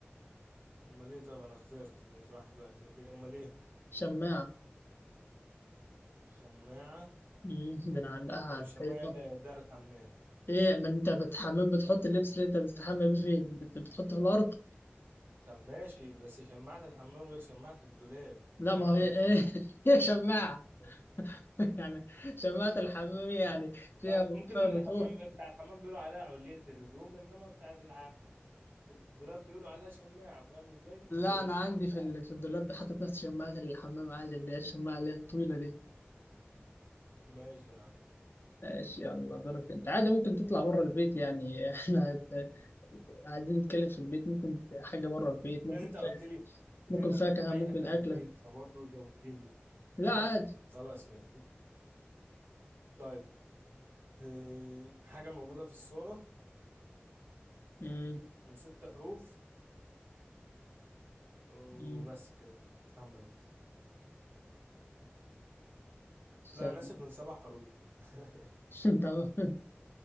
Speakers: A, on the right; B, on the left.
A: أمال إيه طب أنا خسرت ماشي واحد واحد يبقى كده أمال إيه
B: شماعة
A: شماعة
B: مم، بنعلقها
A: طب
B: على
A: الشماعة
B: الحيطة
A: إيه اللي هيوديها الحمام
B: ايه ما انت بتحمم بتحط اللبس اللي انت بتستحمى بيه فين بت- بتحطه في الأرض
A: طب ماشي بس شماعة الحمام غير شماعة الدولاب
B: لا
A: يا
B: ما
A: عم
B: هي
A: ماشي
B: ايه <laughs> هي شماعة
A: صح
B: <laughs> يعني شماعة الحمام يعني فيها
A: طب ممكن
B: فيها
A: الحمام
B: موتور
A: بتاع الحمام بيقولوا عليها علية للهدوم انما بتاع الع- الدولاب بيقولوا عليها شماعة فاهم ازاي؟
B: لا
A: <laughs> ماشي
B: انا عندي
A: يا عم صعب
B: في ال- في الدولاب حاطط نفس شماعه الحمام عادي اللي هي الشماعه اللي هي الطويله دي
A: ماشي يا عم
B: ماشي يلا دورك انت عادي ممكن تطلع بره البيت يعني <laughs> احنا هت- قاعدين نتكلم في البيت ممكن حاجه بره البيت ممكن
A: لان انت قلت
B: فا-
A: لي قلت
B: ممكن
A: لي في
B: فاكهه
A: اي
B: ممكن
A: حتة
B: اكله
A: في البيت فبرضه زودتني
B: لا
A: فاهم؟
B: عادي
A: خلاص ماشي طيب آه، حاجة موجودة في الصالة
B: امم
A: من ست حروف وبس
B: امم
A: كده يلا كمل انت
B: سهل.
A: لا انا اسف من سبع حروف <laughs>
B: <laughs> تمام